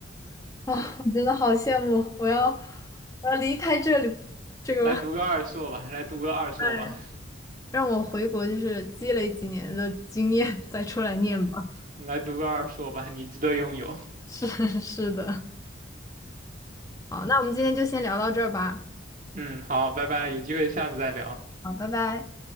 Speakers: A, on the left (about 20°); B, on the right (about 40°).
A: <laughs> 啊，我真的好羡慕，我要我要离开这里，这个，
B: 来读个二硕吧，来读个二硕吧，
A: 哎，让我回国就是积累几年的经验再出来念吧。<laughs>
B: 来读个二硕吧，你值得拥有。
A: 是是的，好，那我们今天就先聊到这儿吧。
B: 嗯，好，拜拜，有机会下次再聊。
A: 好，拜拜。